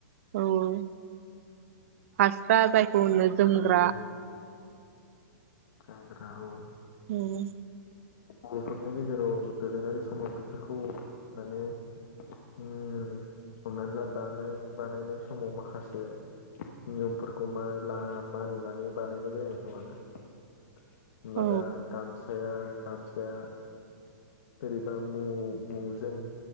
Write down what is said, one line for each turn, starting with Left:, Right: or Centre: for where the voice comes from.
Right: औ औ फास दा जायखौ होनो जोमग्रा
Left: गोदो <unintelligible>
Right: उ
Left: बर'फोरनि गेजेराव दोरोङारि समाव बेफोरखौ माने हमनानै ला दानाय बानायनाय समाव माखासे नियमफोरखौ मा मानिनानै बानायनाय जायोमोन खोमाना? <unintelligible> ओ
Right: औ
Left: गामसाया बोरैबा मुजों